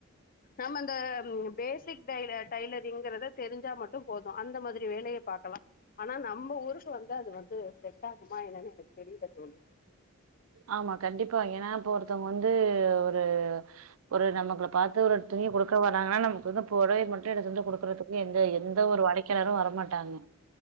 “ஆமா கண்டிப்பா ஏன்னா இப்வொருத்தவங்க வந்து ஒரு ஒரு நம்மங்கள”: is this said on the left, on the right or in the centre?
Right